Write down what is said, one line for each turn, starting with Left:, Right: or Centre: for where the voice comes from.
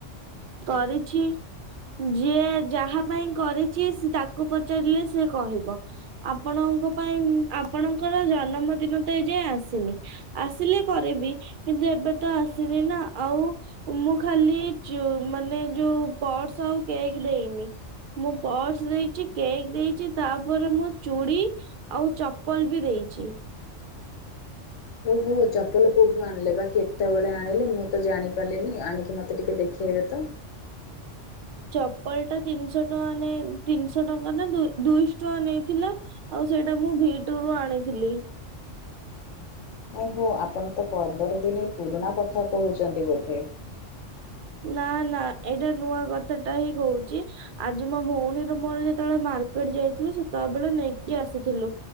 Right: କରିଛି। ଯିଏ ଯାହା ପାଇଁ କରିଚି ତାକୁ ପଚାରିଲେ ସେ କହିବ। ଆପଣଙ୍କ ପାଇଁ ଆପଣଙ୍କର ଜନମ ଦିନ ତ ଏଁ ଯାଏ ଆସିନି। ଆସିଲେ କରିବି କିନ୍ତୁ ଏବେ ତ ଆସିନି ନା ଆଉ। ମୁଁ ଖାଲି ଯୋଉ ମାନେ ଯୋଉ ପର୍ସ ଆଉ କେକ୍ ଦେଇନି। ମୁଁ ପର୍ସ ଦେଇଚି, କେକ୍ ଦେଇଚି ତାପରେ ମୋ ଚୁଡ଼ି। ଆଉ ଚପଲ ବି ଦେଇଚି।
Left: ଓହୋ ଚପଲ କୋଉଠୁ ଆଣିଲେ ବା କେତେବେଳେ ଆଣିଲେ ମୁଁ ତ ଜାଣିପାରିଲିନି ଆଣିକି ମତେ ଟିକେ ଦେଖେଇବେ ତ?
Right: ଚପଲ ଟା ତିନିଶ ଟଙ୍କା ନେଇ ତିନିଶ ଟଙ୍କା ନା ଦୁଇ ଦୁଇଶ ଟଙ୍କା ନେଇଥିଲା। ଆଉ ସେଇଟା ମୁଁ ଭି ଟୁ ରୁୁ ଆଣିଥିଲି।
Left: ଓହୋ ଆପଣ ତ ପନ୍ଦର ଦିନ ପୁରୁଣା କଥା କହୁଚନ୍ତି ବୋଧେ।
Right: ନା ନା ଏଇଟା ନୂଆ କଥା ଟା ହିଁ କହୁଚି। ଆଜି ମୋ ଭଉଣୀର ମୋର ଯେତେବେଳେ ମାର୍କେଟ ଯାଇଥିଲୁ ସେତେବେଳେ ନେଇକି ଆସିଥିଲୁ।